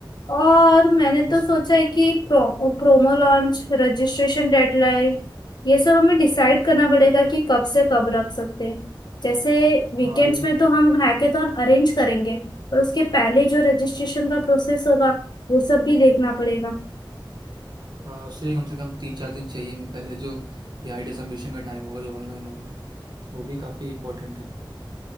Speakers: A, on the left; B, on the right.
A: और मैंने तो
B: उसके
A: सोचा है कि प्रो, प्रोमो लॉन्च रजिस्ट्रेशन डेडलाइन ये सब हमें डिसाइड करना पड़ेगा कि कब से कब रख सकते हैं जैसे वीकेंड्स
B: हाँ ये भी
A: में तो हम हैकेथॉन अरेंज करेंगे पर उसके पहले जो रजिस्ट्रेशन का प्रोसेस होगा वो सब भी देखना पड़ेगा
B: हाँ उससे कम से कम तीन चार दिन चाहिए मैं पहले जो ये आइडिया सबमिशन का टाइम होगा जो ऑनलाइन होगा वो भी काफ़ी इंपॉर्टेंट है